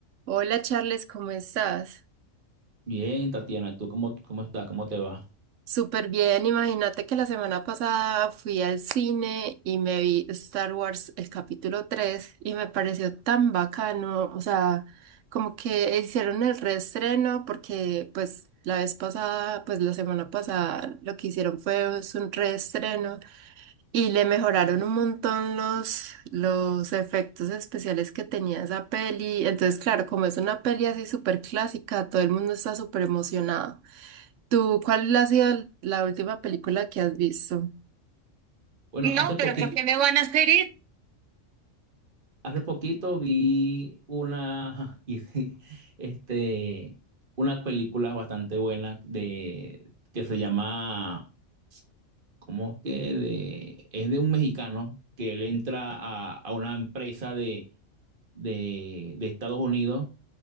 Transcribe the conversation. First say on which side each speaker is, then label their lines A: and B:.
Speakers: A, on the right; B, on the right.
A: Hola Charles, ¿cómo estás?
B: Bien, Tatiana, ¿tú cómo, cómo estás? ¿Cómo te va?
A: Súper bien, imagínate que la semana pasada fui al cine y me vi Star Wars el capítulo 3 y me pareció tan bacano, o sea, como que hicieron el reestreno porque pues la vez pasada, pues la semana pasada lo que hicieron fue es un reestreno y le mejoraron un montón los, los efectos especiales que tenía esa peli, entonces claro, como es una peli así súper clásica, todo el mundo está súper emocionado. ¿Tú cuál ha sido la última película que has visto?
B: Bueno,
A: No,
B: hace poquito,
A: pero ¿por qué me van a hacer ir?
B: hace poquito vi una, <laughs> y sí, este, una película bastante buena de, que se llama, ¿cómo es que? De, es de un mexicano que él entra a, a una empresa de, de, de Estados Unidos